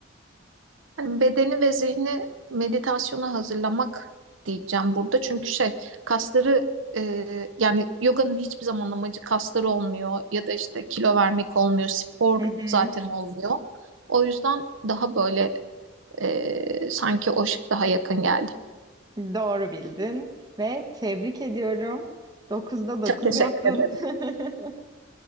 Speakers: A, on the right; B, on the right.
A: Hani bedeni ve zihni meditasyona hazırlamak diyeceğim burada. Çünkü şey kasları e, yani yoganın hiçbir zaman amacı kasları olmuyor ya da işte kilo vermek olmuyor, spor
B: <laughs>
A: zaten olmuyor. O yüzden daha böyle e, sanki o şık daha yakın geldi.
B: Doğru bildin ve tebrik ediyorum. Dokuzda 9
A: Çok teşekkür
B: yaptın.
A: ederim.
B: <laughs>